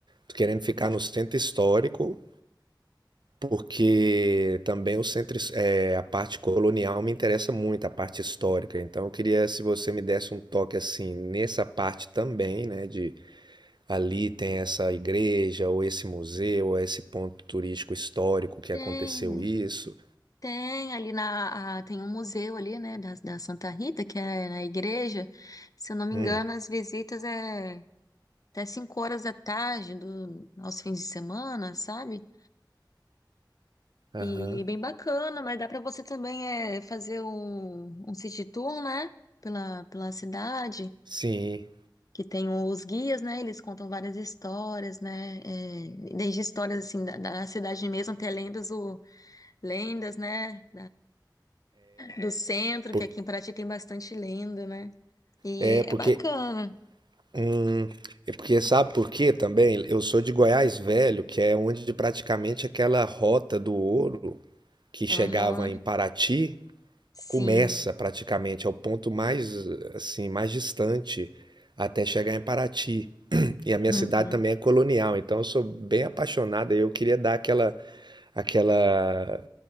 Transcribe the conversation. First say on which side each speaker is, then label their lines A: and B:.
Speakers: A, on the right; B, on the left.
A: tô querendo ficar no centro histórico Porque também o centro, his- é, a parte colonial me interessa muito, a parte histórica. Então, eu queria se você me desse um toque assim nessa parte também, né? De ali tem essa igreja, ou esse museu, ou esse ponto turístico histórico que
B: Tem.
A: aconteceu isso.
B: Tem ali na, a- tem um museu ali, né, da, da Santa Rita, que é na igreja. Se eu não me
A: Hum,
B: engano, as visitas é até 5 horas da tarde do, aos fins de semana, sabe?
A: aham.
B: E bem bacana, mas dá para você também é, fazer um, um city tour, né, pela, pela cidade,
A: Sim.
B: que tem os guias, né, eles contam várias histórias, né, é, desde histórias, assim, da, da cidade mesmo até lendas, o, lendas, né, do centro,
A: Por-
B: que aqui em Paraty tem bastante lenda, né? E
A: é porque.
B: é bacana.
A: Hum, é porque sabe por quê também? Eu sou de Goiás Velho, que é onde praticamente aquela rota do ouro que chegava
B: Aham,
A: em Paraty.
B: sim.
A: Começa praticamente, é o ponto mais, assim, mais distante até chegar em Paraty. E a minha
B: Uhum,
A: cidade também é colonial, então eu sou bem apaixonado e eu queria dar aquela, aquela